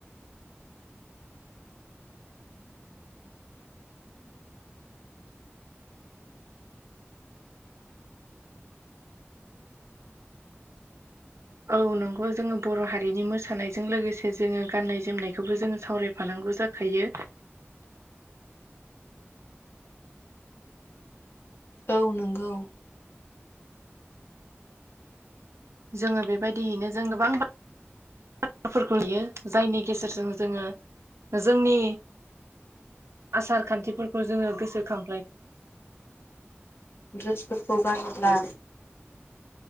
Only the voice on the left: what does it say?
<inaudible> औ नंगौ
ड्रेसफोरखौ गानोब्ला